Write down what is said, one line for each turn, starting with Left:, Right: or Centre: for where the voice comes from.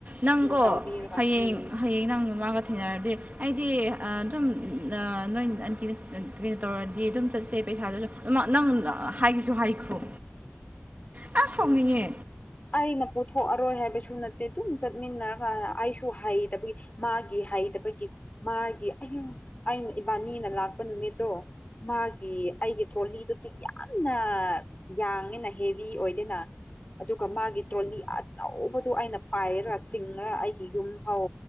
Right: ꯅꯪꯀꯣ
Left: ꯇꯧꯕꯤꯔꯒ
Right: ꯍꯌꯦꯡ
Left: ꯎꯝ
Right: ꯍꯌꯦꯡ ꯅꯪ ꯃꯥꯒ ꯊꯦꯡꯅꯔꯗꯤ ꯑꯩꯗꯤ ꯑꯗꯨꯝ ꯅꯣꯏ ꯑꯟꯇꯤꯅ ꯀꯩꯅꯣ ꯇꯧꯔꯗꯤ ꯑꯗꯨꯝ ꯆꯠꯁꯦ ꯄꯩꯁꯥꯗꯨꯁꯨ ꯑꯗꯨꯝꯃꯛꯅꯝ ꯍꯥꯏꯁꯨ ꯍꯥꯏꯈ꯭ꯔꯣ ꯌꯥꯝ ꯁꯥꯎꯅꯤꯡꯉꯦ
Left: ꯑꯣ ꯑꯩꯅ ꯄꯨꯊꯣꯛꯑ ꯑꯔꯣꯏ ꯍꯥꯏꯕꯁꯨ ꯅꯠꯇꯦ ꯑꯗꯨꯝ ꯆꯠꯃꯤꯟꯅꯔꯒ ꯑꯩꯁꯨ ꯍꯩꯕꯒꯤ ꯃꯥꯒꯤ ꯍꯩꯇꯕꯒꯤ ꯃꯥ ꯃꯥꯒꯤ ꯑꯤꯡ ꯑꯩꯅ ꯏꯕꯥꯅꯤꯅ ꯂꯥꯛꯄ ꯅꯨꯃꯤꯠꯇꯣ ꯃꯥꯒꯤ ꯑꯩꯒꯤ ꯊ꯭ꯔꯣꯂꯤꯗꯨ ꯇꯤꯛ ꯌꯥꯝꯅ ꯌꯥꯡꯉꯦꯅ ꯍꯦꯚ ꯑꯣꯏꯗꯦꯅ ꯑꯗꯨꯒ ꯃꯥꯒꯤ ꯇ꯭ꯔꯣꯂꯤ ꯑꯆꯧꯕꯗꯨ ꯑꯩꯅ ꯄꯥꯏꯔ ꯆꯤꯡꯔ ꯑꯩꯒꯤ ꯌꯨꯝ ꯐꯥꯎ